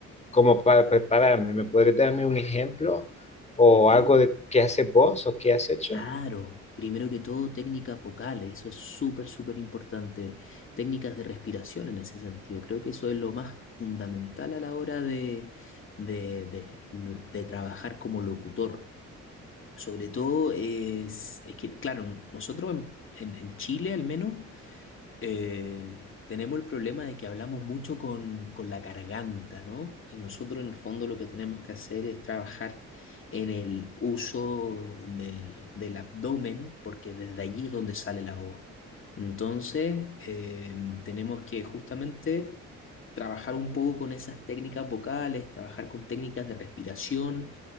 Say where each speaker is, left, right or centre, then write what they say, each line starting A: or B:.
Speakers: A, on the left; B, on the left.
A: como para prepararme? ¿Me podrías darme un ejemplo o
B: Primero,
A: algo de qué haces vos o qué has hecho?
B: claro, primero que todo, técnicas vocales, eso es súper, súper importante. Técnicas de respiración en ese sentido, creo que eso es lo más fundamental a la hora de, de, de- de trabajar como locutor. Sobre todo es, es que, claro, nosotros en en- en Chile al menos. eh, tenemos el problema de que hablamos mucho con, con la garganta, ¿no? Y nosotros en el fondo lo que tenemos que hacer es trabajar en el uso del, del abdomen, porque desde allí es donde sale la voz. Entonces, eh, tenemos que justamente trabajar un poco con esas técnicas vocales, trabajar con técnicas de respiración